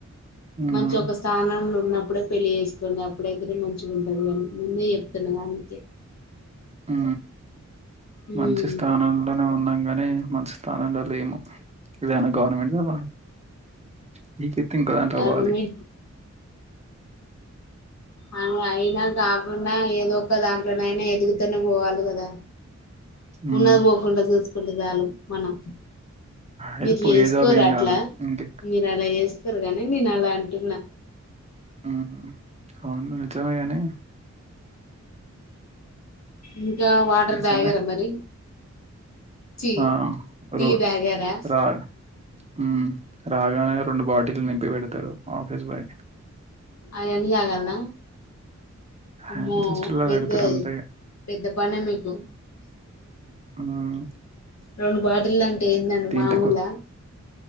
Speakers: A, on the right; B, on the left.
A: హ్మ్.
B: మంచి ఒక స్థానంలో. ఉన్నప్పుడే పెళ్లి చేసుకోడి అప్పుడైతే మంచిగా ఉంటది అని ముందే చెప్తున్నా దనికే.
A: ఆ
B: ఉమ్
A: మంచి స్థానంలో ఉన్నంకనే. కానే మంచి స్థానంలో లేను ఏదైనా గవర్నమెంట్ ది పట్. పీకేతే ఇంకో దాంట్లోకి
B: గవర్నమెంట్
A: పోవాలి.
B: అని అయినా కాకుండా ఏదో ఒక దాంట్లోనైనా ఎదుగుతనే పోవాలి కదా.
A: హ్మ్.
B: ఉన్నది పోకుండా చూసుకుంటే చాలు మనం.
A: అయితే
B: మీరు
A: పోయే
B: చేసుకోర
A: జాబ్ ఏం
B: అట్లా
A: గాదు. ఇంకెక్
B: మీరు అలా చేసుకోరు గానీ నేను అలా అంటున్నా.
A: అహ అవును నిజమే కానీ.
B: ఇంకా వాటర్
A: నిజమే.
B: తాగారా మరి. టీ
A: ఆ
B: టీ
A: రో
B: తాగారా
A: రాగ ఉమ్. రాగానే రెండు బాటిలు నింపి పెడతాారు ఆఫీస్ బాయ.
B: అయి అన్ని తగల్న. అమ్మో
A: హ్యాండ్ సిస్టర్లా
B: పెద్దదె
A: పెడతారు అంతే ఇగ
B: పెద్ద పని మీకు.
A: మ్మ్
B: రెండు బాటిల్ అంటే ఏందండి
A: దీంట్లో
B: మామూల.